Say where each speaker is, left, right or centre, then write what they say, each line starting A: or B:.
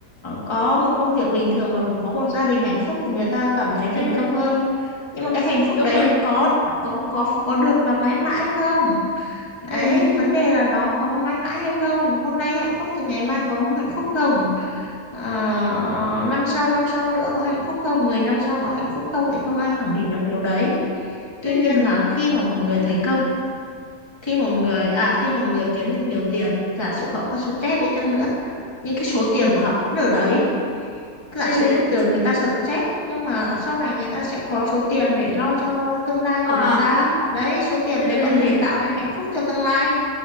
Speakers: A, on the left; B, on the left.
A: có một công việc bình thường và có một gia đình hạnh phúc thì người ta cảm thấy thành
B: ừ
A: công hơn nhưng mà cái hạnh phúc
B: đúng
A: đấy
B: rồi
A: có có có có được là mãi mãi không đấy
B: ừ
A: vấn đề là nó có mãi mãi hay không hôm nay hạnh phúc thì ngày mai có hạnh phúc không Ờ, năm sau năm sau nữa có hạnh phúc không 10 năm sau có hạnh phúc không thì không ai khẳng định được điều đấy tuy
B: ừ
A: nhiên là khi mà một người thành công khi một người à khi một người kiếm được nhiều tiền giả sử họ có stress đi chăng nữa nhưng cái số tiền
B: ừ
A: của họ vẫn ở đấy giả
B: ừ
A: sử
B: ừ
A: giờ người ta stress nhưng mà sau này người ta sẽ có số tiền để lo cho tương lai
B: ờ
A: của người ta đấy số tiền
B: ừ
A: đấy có thể tạo nên hạnh phúc cho tương lai